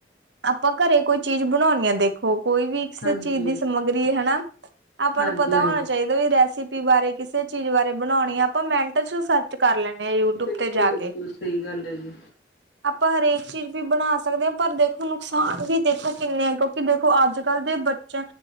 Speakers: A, on the right (about 85°); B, on the left (about 75°).
A: ਆਪਾਂ ਘਰੇ ਕੋਈ ਚੀਜ਼ ਬਣਾਉਣੀ ਆ ਦੇਖੋ ਕੋਈ ਵੀ ਕਿਸੇ
B: ਹਾਂਜੀ,
A: ਚੀਜ਼ ਦੀ ਸਮੱਗਰੀ ਹਨਾ ਆਪਾਂ
B: ਹਾਂਜੀ,
A: ਨੂੰ ਪਤਾ
B: ਹਾਂਜੀ
A: ਹੋਣਾ ਚਾਹੀਦਾ ਲ ਵੀ ਰੈਸਪੀ ਬਾਰੇ ਕਿਸੇ ਚੀਜ਼ ਬਾਰੇ ਬਣਾਉਣੀ ਆ ਆਪਾਂ ਮਿੰਟ ਚ ਸਰਚ ਕਰ ਲੈਂਣੇ ਯੂਟਿਊਬ
B: ਬਿਲਕੁਲ,
A: ਤੇ ਜਾ
B: ਬਿਲਕੁਲ
A: ਕੇ
B: ਸਹੀ ਗੱਲ ਹੈ ਜੀ।
A: ਆਪਾਂ ਹਰੇਕ ਚੀਜ਼ ਵੀ ਬਣਾ ਸਕਦੇ ਹਾਂ ਪਰ ਦੇਖੋ ਨੁਕਸਾਨ ਵੀ ਦੇਖੋ ਕਿੰਨੇ ਆ ਕਿਉਂਕਿ ਦੇਖੋ ਅੱਜ ਕੱਲ੍ਹ ਦੇ ਬੱਚੇ